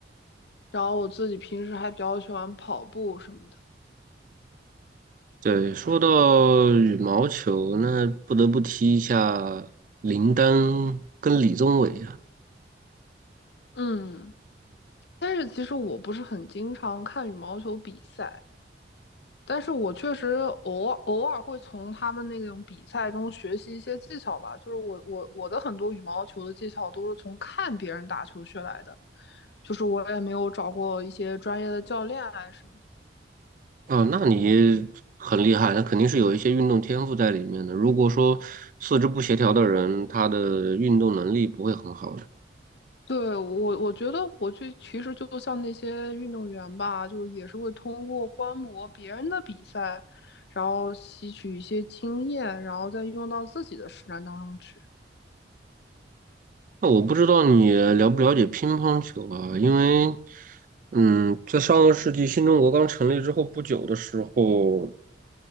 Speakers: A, on the left (about 65°); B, on the right (about 45°).
A: 然后我自己平时还比较喜欢跑步什么的。
B: 对，说到羽毛球，那不得不提一下林丹跟李宗伟啊。
A: 嗯，但是其实我不是很经常看羽毛球比赛，但是我确实偶尔偶尔会从他们那种比赛中学习一些技巧吧，就是我我我的很多羽毛球的技巧都是从看别人打球学来的，就是我也没有找过一些专业的教练啊什么的。
B: 啊，那你很厉害，那肯定是有一些运动天赋在里面的。如果说四肢不协调的人，他的运动能力不会很好的。
A: 对，我我觉得我去其实就像那些运动员吧，就是也是会通过观摩别人的比赛，然后吸取一些经验，然后再用到自己的实战当中去。
B: 那我不知道你了不了解乒乓球啊？因为，嗯，在上个世纪新中国刚成立之后不久的时候，